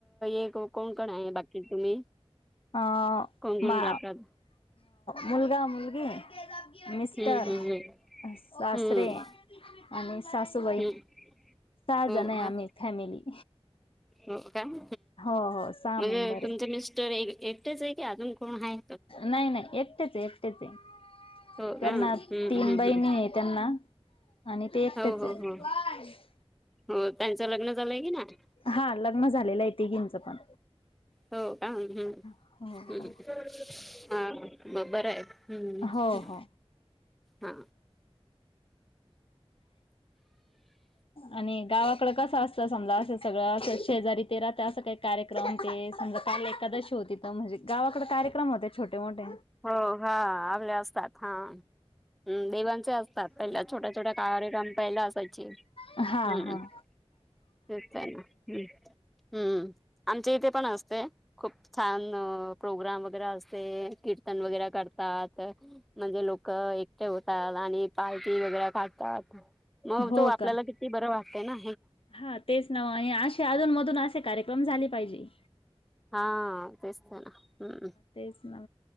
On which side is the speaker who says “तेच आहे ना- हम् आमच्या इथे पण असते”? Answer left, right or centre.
Centre